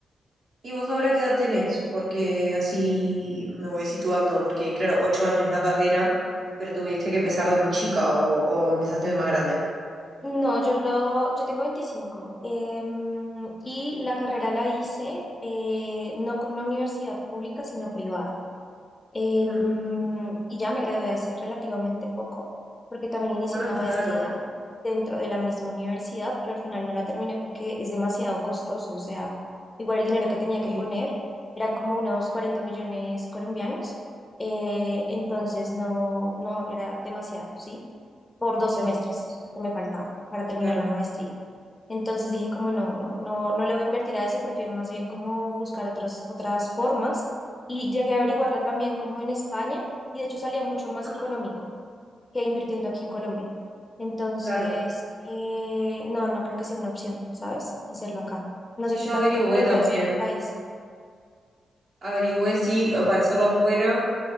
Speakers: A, on the right (about 65°); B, on the left (about 25°).
A: ¿Y vos ahora qué edad tenés? Porque así me voy situando, porque claro, ocho años la carrera, pero tuviste que empezar de muy chica o, o empezaste de más grande.
B: No, yo lo, yo tengo veinticinco em, y la carrera la hice eh, no con una universidad pública, sino privada. Em,
A: Ujú.
B: y ya me gradué hace relativamente poco, porque también inicié
A: Ah,
B: una
A: claro,
B: maestría dentro de la misma universidad, pero al final no la terminé porque es demasiado costoso. O sea, igual el dinero que tenía
A: sí,
B: que poner eran como unos 40 millones colombianos. eh, entonces
A: no,
B: no, no, era demasiado, ¿sí? Por dos semestres
A: sí,
B: que me faltaban para terminar
A: claro.
B: la maestría. Entonces dije como no, no, no, no le voy a invertir a eso, prefiero más bien como buscar otras, otras formas. Y llegué a averiguarla también como en España y de hecho salía mucho más
A: Mm,
B: económico que invirtiendo aquí en Colombia. Entonces,
A: Claro,
B: eh, no, no creo que sea una opción, ¿sabes? Hacerlo acá. No
A: sí,
B: sé
A: yo
B: tú también
A: averigüé
B: cómo lo veas
A: también,
B: en tu país.
A: averigüé sí para hacerlo afuera,